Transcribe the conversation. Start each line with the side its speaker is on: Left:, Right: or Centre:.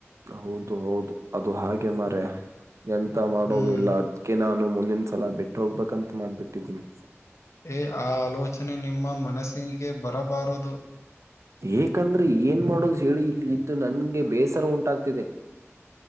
Right: ಹೌದು ಹೌದು ಅದು ಹಾಗೆ ಮಾರ ಎಂತ ಮಾಡೋದಿಲ್ಲ
Left: ಹ್ಮ್
Right: ಅದ್ಕೆ ನಾನು ಮುಂದಿನಸಲ ಬಿಟ್ಟ ಹೋಗ್ಬೇಕಂತ ಮಾಡ್ಬಿಟ್ಟಿದ್ದೀನಿ.
Left: ಏ ಆ ಆಲೋಚನೆ ನಿಮ್ಮ ಮನಸ್ಸಿಗೆ ಬರಬಾರದು.
Right: ಏಕಂದ್ರೆ ಏನ್ ಮಾಡೋದು ಹೇಳಿ ಇಲ್ಲಿ ಇದ್ದು ನನ್ಗೆ ಬೇಸರ ಉಂಟಾಗ್ತಿದೆ.